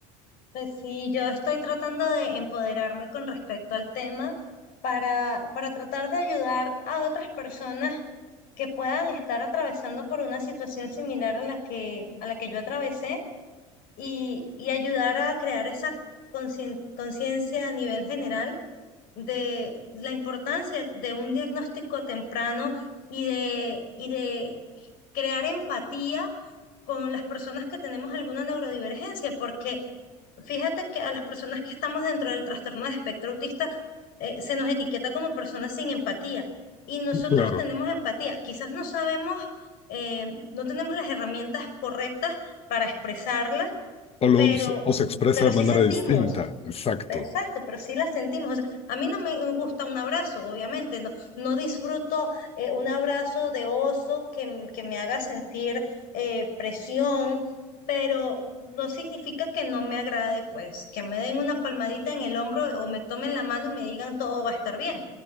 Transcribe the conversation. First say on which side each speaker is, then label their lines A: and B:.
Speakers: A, on the left (about 60°); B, on the left (about 35°).
A: Pues sí, yo estoy tratando de empoderarme con respecto al tema para, para tratar de ayudar a otras personas que puedan estar atravesando por una situación similar a la que, a la que yo atravesé y, y ayudar a crear esa concien- conciencia a nivel general de la importancia de un diagnóstico temprano y de, y de crear empatía con las personas que tenemos alguna neurodivergencia, porque fíjate que a las personas que estamos dentro del trastorno de espectro autista eh, se nos etiqueta como personas sin empatía y nosotros
B: Claro.
A: tenemos empatía, quizás no sabemos, eh, no tenemos las herramientas correctas para expresarla
B: O, los,
A: pero,
B: o
A: mm,
B: se expresa
A: pero
B: de
A: sí
B: manera
A: sentimos,
B: distinta. Exacto.
A: exacto, pero sí la sentimos. O sea, a mí no me gusta un abrazo, obviamente, no, no disfruto eh, un abrazo de oso que, m- que me haga sentir eh, presión, pero no significa que no me agrade, pues, que me den una palmadita en el hombro o me tomen la mano y me digan todo va a estar bien.